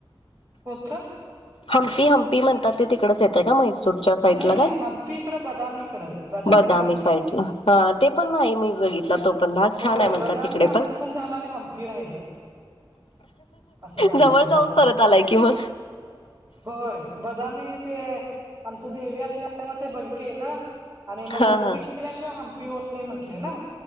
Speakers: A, on the right (about 30°); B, on the left (about 85°).
A: कोनतं.
B: हंपी हंपी म्हणतात. ते तिकडच येते का? मैसूर साईट
A: नाही
B: ला
A: नाही
B: काय.
A: हम्पी इकडं बदामी इकडं
B: बदामी
A: हम्पी
B: साईट ला. हा तेपण नाही मी बघितला तो. पण भाग
A: होय.
B: छान आहे म्हणतात
A: बदामी
B: तिकडे
A: आमचं पण झालं. आणि हम्पी राहिलं. असं झालं
B: जवळ
A: तेव्हा
B: जाऊन
A: पण
B: परत आलाय की म.
A: होय बदामी ते, आमची देवी असल्यामुळे, ते बघीतलं. आणि मग
B: हा
A: वस्ती
B: हा
A: केल्याशिवाय हंपी होत नाही म्हटले ना.